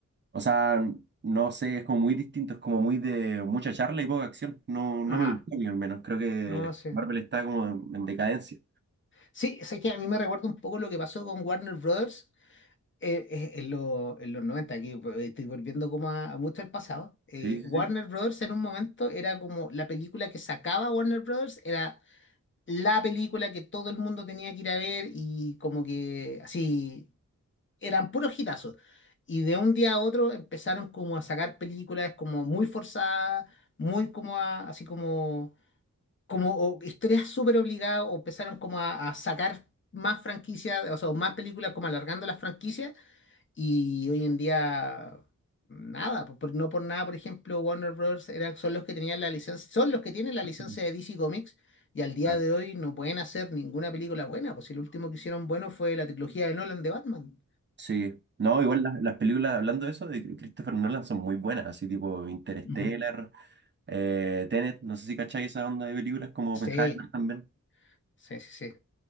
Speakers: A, on the right; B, on the left.
A: O sea, no sé, es como muy distinto, es como muy de mucha charla y poca acción. No,
B: Ajá.
A: no me gustó a mí al menos. Creo que
B: No, sí.
A: Marvel está como en, en decadencia.
B: Sí, sé que a mí me recuerda un poco lo que pasó con Warner Brothers eh, eh, en, lo- en los 90 aquí eh, estoy volviendo como a, a mucho al pasado, eh,
A: Sí,
B: Warner
A: sí,
B: Brothers en un momento era como la película que sacaba Warner Brothers, era la película que todo el mundo tenía que ir a ver y como que así eran puros hitazos. Y de un día a otro empezaron como a sacar películas como muy forzadas, muy como a- así como, como o historias súper obligadas o empezaron como a, a sacar más franquicias, o sea, más películas como alargando las franquicias. Y hoy en día, nada, pues, por- no por nada, por ejemplo, Warner Bros. eran, son los que tenían la licencia, son los que tienen la licencia
A: sí.
B: de DC Comics y al día
A: Claro.
B: de hoy no pueden hacer ninguna película buena, pues si el último que hicieron bueno fue la trilogía de Nolan de Batman.
A: Sí. No, igual las, las películas, hablando de eso, de Christopher Nolan son muy buenas, así tipo Interstellar,
B: Ujú.
A: eh, Tenet, no sé si cacháis esa onda de películas como
B: Sí,
A: Oppenheimer también.
B: sí, sí, sí.